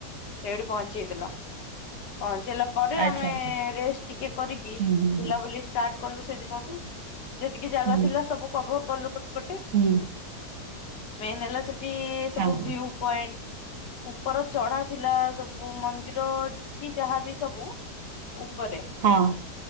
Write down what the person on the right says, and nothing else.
ଆଚ୍ଛା ଆଚ୍ଛା
ହୁଁ ହୁଁ
ହୁଁ
ହୁଁ।
ହଁ ହଁ
ହଁ